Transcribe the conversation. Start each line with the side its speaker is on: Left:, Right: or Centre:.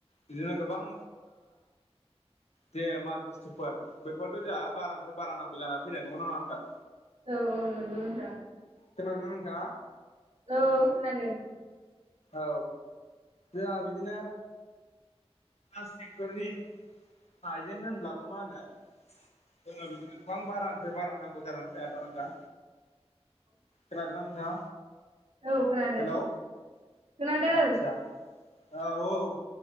Left: बिदिनो गोबां दे माल बुस्थुफोर बेफोरफोरखौ जोंहा बारानिफ्राय बारा नांगौ जानानै फैदों नोंगना नोंथां
Right: औ औ नंगौ दं जायाखै
Left: खोनादोंना नोंथाङा
Right: औ खोनादों
Left: औ जोंहा बिदिनो प्लास्टिकफोरनि आइजें होनब्लाबो मा होनो जोंना बिदिनो गोबां बारानिफ्राय बारा नांगौ जानानै फैबाय आरो ना दा खोनादों ना नोंथाङा
Right: औ खोनादों
Left: हेलौ
Right: खोनादों
Left: आदसा औ औ